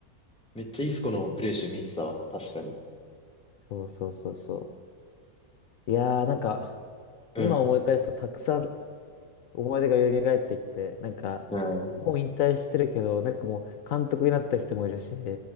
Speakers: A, in the centre; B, on the left.
A: めっちゃイスコのプレー集見てたわ、確かに。
B: そうそうそうそう。いやー、なんか、
A: うん。
B: 今思い返すとたくさん思い出が蘇ってきて、なんか、
A: うん。
B: もう引退してるけど、なんかもう監督になった人もいるし、